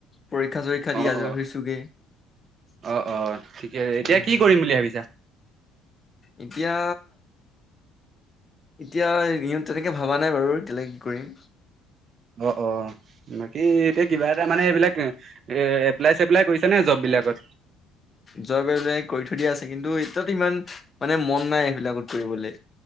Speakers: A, on the left; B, on the right.
A: পৰীক্ষা চৰীক্ষা দি
B: অ',
A: আজৰি
B: অ',
A: হৈছোগে,
B: অ', অ', ঠিকে এতিয়া
A: উম।
B: <unintelligible> ভাবিছা।
A: এতিয়া এতিয়া <unintelligible> তেনেকে ভাবা নাই বাৰু, এতিয়ালে কি কৰিম।
B: অ', অ', বাকী এতিয়া কিবা এটা মানে এইবিলাক এ এপ্লাই চেপ্লাই কৰিছা নে, জব বিলাকত?
A: জব এপ্লাই কৰি থৈ দিয়া আছে, কিন্তু এতিয়াতো ইমান মানে মন নাই সেইবিলাকত কৰিবলে।